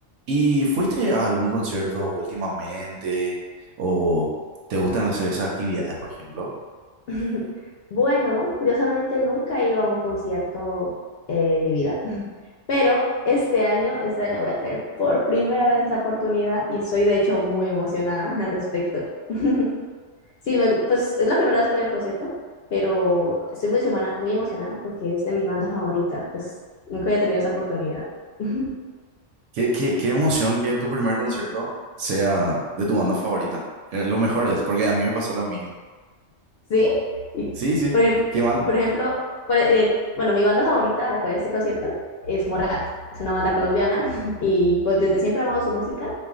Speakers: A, on the right; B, on the left.
A: ¿Y fuiste a algún concierto últimamente? ¿O te gustan hacer esas actividades, por ejemplo?
B: <laughs> Bueno, curiosamente nunca he ido a un concierto eh, en mi vida, <laughs> pero este año, este año voy a tener por primera vez esa oportunidad y estoy de hecho muy emocionada al respecto. <laughs> Sí, me, gu- pues es la primera vez que voy a un concierto, pero estoy muy, semana- muy emocionada porque es de mi banda favorita. Es, nunca había tenido esa oportunidad. <laughs>
A: ¿Qué, qué, qué emoción que tu primer concierto sea de tu banda favorita? Que Lo mejor es, porque a mí me pasó lo mismo.
B: ¿Sí? Y,
A: Sí, sí.
B: por, Sí, ejem-
A: ¿Qué
B: sí.
A: van?
B: por ejemplo, por- eh, bueno, mi banda favorita a la que voy a este concierto es Morat. Es una banda colombiana <laughs> y pues desde siempre he amado su música,